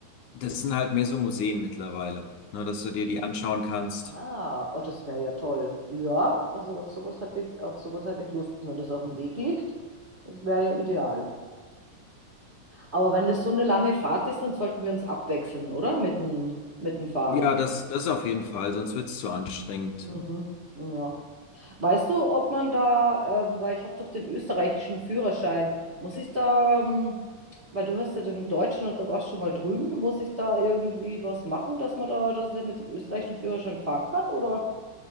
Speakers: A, on the left; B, on the right.
A: das sind halt mehr so Museen mittlerweile, ne, dass du dir die anschauen kannst.
B: Ah, oh, das wäre ja toll. Ja, also auf sowas hätte ich, auf sowas hätte ich Lust. Und wenn das auf dem Weg liegt, das wäre ja ideal. Aber wenn das so eine lange Fahrt ist, dann sollten wir uns abwechseln, oder? Mit dem, mit dem Fahren.
A: Ja, das, das auf jeden Fall, sonst wird's zu anstrengend.
B: Mhm. Ja. Weißt du, ob man da, ähm, weil ich habe doch den österreichischen Führerschein, muss ich da, ähm, weil du hast ja den deutschen und da warst schon mal drüben, muss ich da irgendwie was machen, dass man da, dass ich mit dem österreichischen Führerschein fahren kann, oder?